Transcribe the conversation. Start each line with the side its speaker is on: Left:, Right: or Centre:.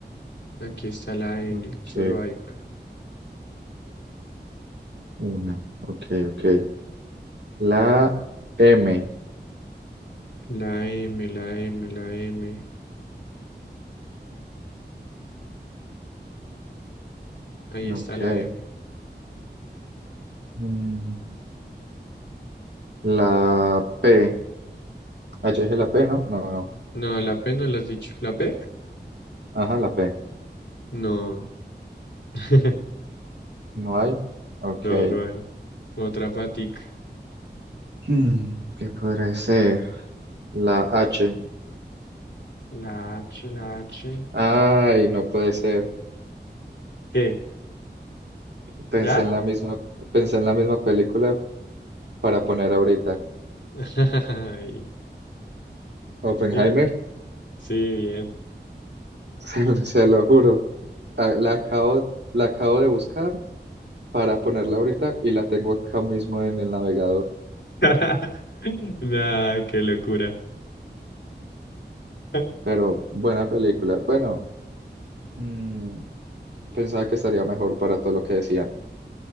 Left: Aquí está la N,
Right: Ok,
Left: solo hay una.
Right: una. Ok, ok. La M.
Left: La M, la M, la M. Ahí
Right: Ok.
Left: está la M.
Right: mm, La P. Ah, ya dije la P, ¿no? No, no.
Left: No, la P no la has dicho. ¿La P?
Right: Ajá, la P.
Left: No. <laughs>
Right: No hay. Ok.
Left: No, no hay. Otra patica.
Right: Hmm, ¿qué podría ser? La H.
Left: La H, la H.
Right: Ay, no puede ser.
Left: ¿Qué?
Right: Pensé
Left: ¿Ya?
Right: en la misma, pensé en la misma película, para poner ahorita.
Left: <laughs> Ay,
Right: Oppenheimer,
Left: ¿Sí? Sí, bien.
Right: <laughs> se, lo se lo juro. Ah, La acabo, la acabo de buscar para ponerla ahorita y la tengo acá mismo en el navegador.
Left: <laughs> Nah, qué locura. <laughs>
Right: Pero buena película. Bueno, mm, pensaba que estaría mejor para todo lo que decían.